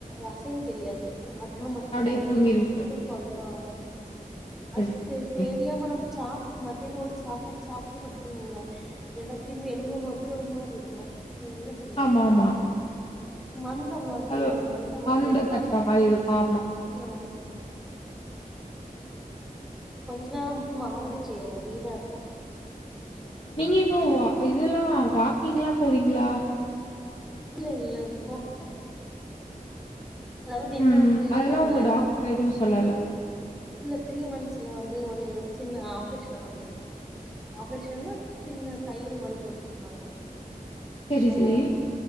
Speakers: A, in the centre; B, on the left.
A: அசையு தெரியாது ஆமாக்
B: அப்டியே
A: காவே
B: தூங்கிருவீங்களா?
A: தூக்கோ வந்துரு ஆமா
B: சரி,
A: அது
B: சரி.
A: தெ தெரியாம நம்ம சாப் <unintelligible> மத்யானோ உள்ள சாப்பாட சாப்ட்டு படுத்தேனுவைங்க ரெண்டாத்திரும்ப எலும்பம்போது ஒரு மாரி இருக்கு என்ன சொல்ல
B: ஆமாமா.
A: <inaudible> மந் த மாரி
B: அது
A: சொல்லுவாங்க மந்த மாரி
B: அந்த
A: இருக்கு
B: தட்டுற மாரி இருக்கும். ஆமா.
A: ஆ கொஞ் ஜ அப்டி மாறவே செய்யாது டிதா இருக்கு
B: நீங்க இப்போ ஓ இதெல்லா வாக் நீங்களா போறீங்களா
A: இல்ல இல்ல போகல அதாவது என்ன
B: ம்.
A: வந்து எப்டி
B: அதெல்லாம்
A: சொல்ல
B: உங்க டாக்டர் எதுவும் சொல்லல
A: இல்ல த்ரீ மன்த்ஸ்ல வந்து ஒரு சின்ன ஆப்ரேஷன் நடந்துது ஆப்ரேஷன்னா சின்ன தையல் மாரி போட்ருந்தாங்க.
B: செரி
A: அந்த
B: செரி